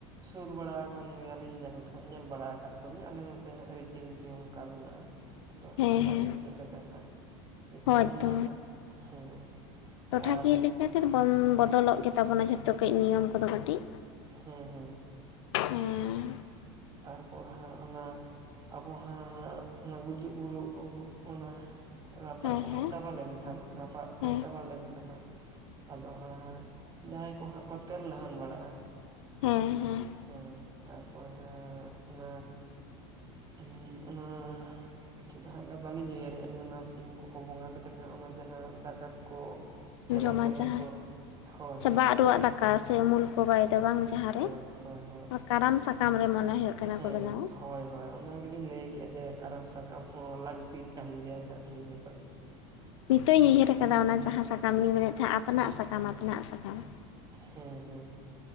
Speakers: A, on the right (about 30°); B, on the left (about 80°).
A: ᱥᱩᱨ ᱵᱟᱲᱟ ᱟᱠᱟᱱ ᱜᱮᱭᱟᱞᱤᱧ ᱡᱟᱭᱦᱳᱠ ᱦᱟᱸᱜ ᱧᱮᱞ ᱵᱟᱲᱟ ᱟᱠᱟᱫ ᱠᱚᱣᱟᱞᱤᱧ ᱟᱞᱮ ᱱᱚᱛᱮ ᱦᱟᱸᱜ ᱨᱤᱛᱤᱱᱤᱛᱤ ᱚᱱᱠᱟ ᱢᱮᱱᱟᱜᱼᱟ᱾ ᱟᱫᱚ ᱦᱟᱸᱜ
B: ᱦᱮᱸ
A: ᱚᱠᱟ
B: ᱦᱮᱸ
A: ᱥᱮᱱ ᱪᱮᱫ ᱞᱮᱠᱟ ᱦᱟᱸᱜ, ᱡᱚᱛᱚ
B: ᱦᱳᱭ
A: ᱠᱷᱚᱱ
B: ᱛᱚ
A: ᱢᱟ ᱦᱟᱸᱜ, ᱦᱮᱸ᱾
B: ᱴᱚᱴᱷᱟᱠᱤᱭᱟᱹ
A: ᱟᱨ
B: ᱞᱮᱠᱟᱛᱮ ᱫᱚ ᱵᱚᱞ ᱵᱚᱫᱚᱞᱚᱜ ᱜᱮᱛᱟᱵᱚᱱᱟ ᱡᱷᱚᱛᱚ ᱠᱟᱹᱡ ᱱᱤᱭᱚᱢ ᱠᱚᱫᱚ ᱠᱟᱹᱴᱤᱡ᱾
A: ᱦᱮᱸ ᱦᱮᱸ᱾
B: ᱦᱮᱸ
A: ᱛᱟᱨᱯᱚᱨ ᱦᱟᱸᱜ ᱚᱱᱟ ᱟᱵᱚ ᱦᱟᱸ ᱚᱱᱟ ᱜᱩᱡᱩᱜ ᱜᱩᱨᱩᱜ ᱩᱸ ᱚᱱᱟ ᱨᱟᱯᱟᱜ
B: ᱦᱮᱸ
A: ᱠᱚ
B: ᱦᱮᱸ
A: ᱦᱟᱸᱜ ᱪᱟᱵᱟ ᱞᱮᱱᱠᱷᱟᱱ, ᱨᱟᱯᱟᱜ ᱠᱚ
B: ᱦᱮᱸ
A: ᱪᱟᱵᱟ ᱞᱮᱱᱠᱷᱟᱱ ᱦᱟᱸᱜ, ᱟᱫᱚ ᱦᱟᱸᱜ ᱡᱟᱦᱟᱸᱭ ᱠᱚ ᱦᱟᱸᱜ ᱠᱚ ᱛᱮᱞ ᱱᱟᱦᱟᱱ ᱵᱟᱲᱟᱜᱼᱟ,
B: ᱦᱮᱸ ᱦᱮᱸ᱾
A: ᱦᱮᱸ ᱛᱟᱨᱯᱚᱨᱮ ᱦᱟᱸᱜ ᱚᱱᱟ ᱦᱩᱸᱧ ᱚᱱᱟ ᱪᱮᱫ ᱦᱟᱸᱜ ᱞᱮ ᱵᱟᱹᱞᱤᱧ ᱩᱭᱦᱟᱹᱨᱮᱜᱼᱟ ᱞᱤᱧ ᱚᱱᱟ ᱥᱤᱢ ᱠᱚᱠᱚ ᱵᱚᱸᱜᱟ ᱠᱟᱛᱮᱫ ᱦᱟᱸᱜ ᱚᱱᱟ ᱡᱟᱦᱟᱸ ᱫᱟᱠᱟ ᱠᱚ ᱪᱮᱞᱟᱝ
B: ᱡᱚᱢᱟ
A: ᱠᱚᱨᱮ ᱦᱟᱸᱜ
B: ᱡᱟᱦᱟᱸ,
A: ᱠᱚ ᱦᱳᱭ ᱦᱳᱭ
B: ᱥᱮ ᱵᱟᱜ ᱨᱩᱣᱟᱜ ᱫᱟᱠᱟ ᱥᱮ ᱩᱢᱩᱞ ᱠᱚ ᱵᱟᱭ ᱫᱚ ᱵᱟᱝ ᱡᱟᱦᱟᱸ
A: ᱦᱳᱭ
B: ᱨᱮ,
A: ᱦᱳᱭ ᱦᱳᱭ
B: ᱚ ᱠᱟᱨᱟᱢ ᱥᱟᱠᱟᱢ ᱨᱮ ᱢᱚᱱᱮ ᱦᱩᱭᱩᱜ
A: ᱦᱮᱸ
B: ᱠᱟᱱᱟ ᱠᱚ ᱵᱮᱱᱟᱣᱟ᱾
A: ᱦᱮᱸ ᱦᱳᱭ ᱦᱳᱭ ᱚᱱᱟ ᱜᱮᱞᱤᱧ ᱞᱟᱹᱭ ᱠᱮᱜᱼᱟ ᱡᱮ ᱠᱟᱨᱟᱢ ᱥᱟᱠᱟᱢ ᱦᱚᱸ ᱞᱟᱹᱠᱛᱤ ᱠᱟᱱ ᱜᱮᱭᱟ ᱦᱟᱸᱜ ᱩᱱ ᱡᱚᱠᱷᱚᱡ ᱾
B: ᱱᱤᱛᱚᱜ ᱤᱧ ᱩᱭᱦᱟᱹᱨ ᱟᱠᱟᱫᱟ ᱚᱱᱟ ᱡᱟᱦᱟᱸ ᱥᱟᱠᱟᱢ ᱞᱤᱧ ᱢᱮᱱᱮᱫ ᱛᱟᱦᱮᱸᱫ ᱟᱛᱱᱟᱜ ᱥᱟᱠᱟᱢ ᱟᱛᱱᱟᱜ ᱥᱟᱠᱟᱢ ᱾
A: ᱦᱮᱸ ᱦᱮᱸ ᱾